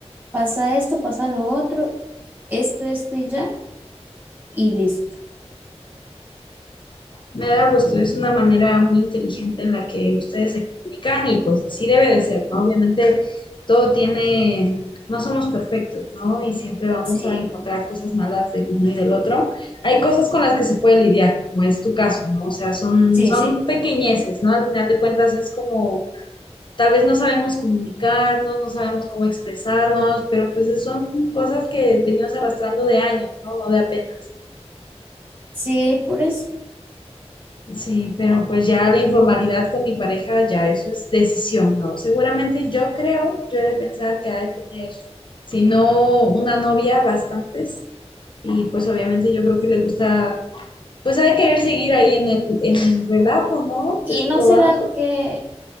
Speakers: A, on the right; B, on the left.
A: pasa esto, pasa lo otro esto, esto y ya, y listo.
B: Me da gusto, es una manera muy inteligente en la que ustedes se comunican y pues así debe de ser, ¿no? Obviamente todo tiene, no somos perfectos, ¿no? Y siempre vamos
A: Sí,
B: a encontrar cosas malas del uno y del otro. Hay cosas con las que se puede lidiar, como es tu caso, ¿no? O sea, son,
A: sí,
B: son
A: sí,
B: pequeñeces, ¿no? Al final de cuentas es como Tal vez no sabemos comunicarnos, no sabemos cómo expresarnos, pero pues son cosas que venimos arrastrando de años, ¿no? No de apenas.
A: sí, por eso.
B: Sí, pero pues ya la informalidad con mi pareja, ya eso es decisión, ¿no? Seguramente yo creo, yo he de pensar que ha de tener, si no una novia, bastantes. Y pues obviamente yo creo que le gusta, pues ha de querer seguir ahí en el, en el relajo, ¿no?
A: ¿Y
B: Pues
A: no
B: probando,
A: será que,